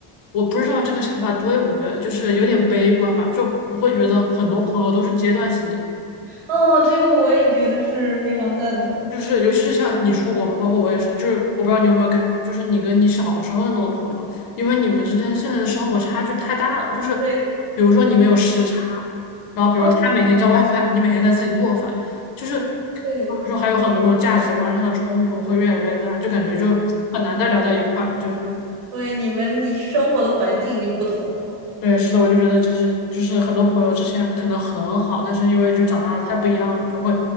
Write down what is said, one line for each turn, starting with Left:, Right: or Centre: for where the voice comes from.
Left: 我不知道这个想法对不对，就是有点悲观吧。就我会觉得很多朋友都是阶段性的。
Right: <laughs> 哦，这个我也觉得是非常赞同。
Left: 就是尤其是像你出国嘛，包括我也是，就是我不知道你有没有感觉，就是你跟你小时候的那种朋友，因为你们之间现在的生活差距太大了，就是
Right: 对，
Left: 比如说你们有时差，然后比如他每天叫外卖，
Right: 嗯，
Left: 你每天在自己做饭，就是
Right: 对，
Left: 或者说还有很多那种价值观上的冲突会越来越大，就感觉就很难再聊到一块了。就是
Right: 对，你们你生活的环境已经不同了。
Left: 对，是的，我就觉得就是就是很多朋友之前可能很好，但是因为就长大的太不一样了，就会